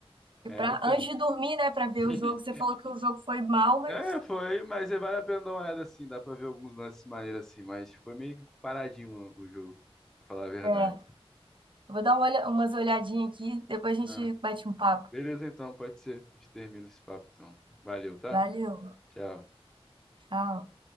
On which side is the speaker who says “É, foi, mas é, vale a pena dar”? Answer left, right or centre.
Centre